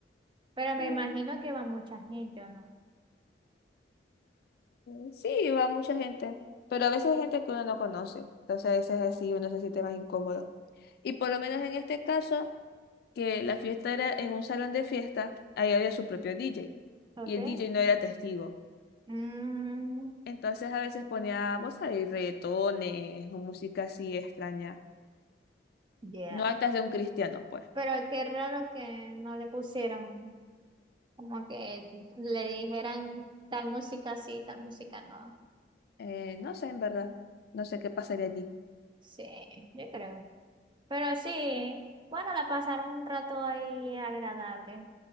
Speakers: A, on the right; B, on the left.
A: Pero me
B: Mm,
A: imagino que va mucha gente, ¿o no?
B: eh, sí, va mucha gente. Pero a veces hay gente que uno no conoce. Entonces a veces así uno se siente más incómodo. Y por lo menos en este caso, que la fiesta era en un salón de fiesta, ahí había su propio DJ.
A: Ok.
B: Y el DJ no era testigo.
A: Mm,
B: Entonces a veces ponía, vos sabés, reggaetones o música así extraña.
A: Ya,
B: No altas de un cristiano, pues.
A: Pero qué raro que no le pusieron, como que le dijeran tal música sí, tal música no.
B: Eh, no sé, en verdad. No sé qué pasaría allí.
A: Sí, yo creo. Pero sí, bueno, la pasaron un rato ahí agradable.